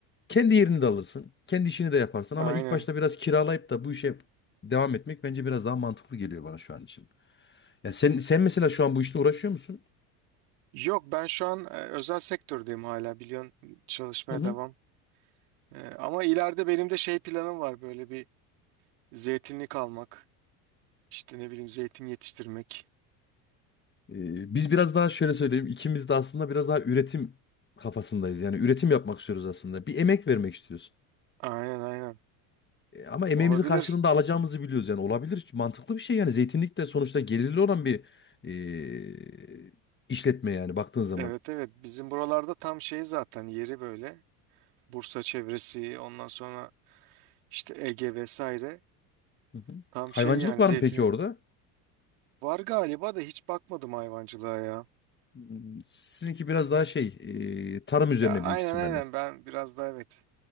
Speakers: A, on the left; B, on the right.
A: Kendi yerini de alırsın. Kendi işini de yaparsın ama
B: Aynen.
A: ilk başta biraz kiralayıp da bu işe devam etmek bence biraz daha mantıklı geliyor bana şu an için. Ya sen sen mesela şu an bu işle uğraşıyor musun?
B: Yok ben şu an e, özel sektördeyim hala biliyorsun çalışmaya
A: Hı hı.
B: devam. E, ama ileride benim de şey planım var böyle bir zeytinlik almak. İşte ne bileyim zeytin yetiştirmek.
A: Ee, biz biraz daha şöyle söyleyeyim. ikimiz de aslında biraz daha üretim kafasındayız. Yani üretim yapmak istiyoruz aslında. Bir emek vermek istiyoruz.
B: Aynen aynen.
A: E, ama emeğimizin
B: Olabilir.
A: karşılığında alacağımızı biliyoruz yani olabilir. Mantıklı bir şey yani zeytinlik de sonuçta gelirli olan bir e, işletme yani baktığın zaman.
B: Evet evet bizim buralarda tam şey zaten yeri böyle. Bursa çevresi ondan sonra işte Ege vesaire.
A: Hı hı.
B: Tam
A: Hayvancılık
B: şey yani
A: var
B: zeytinin.
A: mı peki orada?
B: Var galiba da hiç bakmadım hayvancılığa ya.
A: Hmm, Sizinki biraz daha şey e, tarım üzerine
B: Ya aynen
A: büyük ihtimalle.
B: aynen ben biraz daha evet.